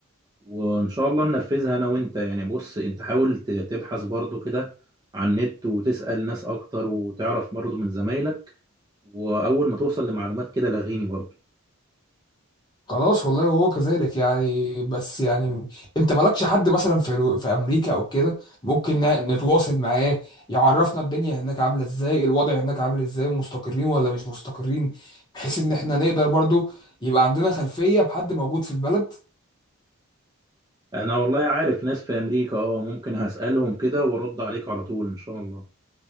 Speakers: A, on the right; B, on the left.
A: وان شاء الله ننفذها انا وانت يعني بص انت حاول ت- تبحث برضو كده على النت وتسال ناس اكتر وتعرف برضو من زمايلك واول ما توصل لمعلومات كده لغيني برضه
B: خلاص والله وهو كذلك يعني بس يعني انت مالكش حد مثلا في في امريكا او كده ممكن ن- نتواصل معاه يعرفنا الدنيا هناك عامله ازاي الوضع هناك عامل ازاي مستقرين ولا مش مستقرين بحيث ان احنا نقدر برضو يبقى عندنا خلفيه بحد موجود في البلد
A: انا والله عارف ناس في امريكا اه ممكن هسألهم كده وارد عليك على طول ان شاء الله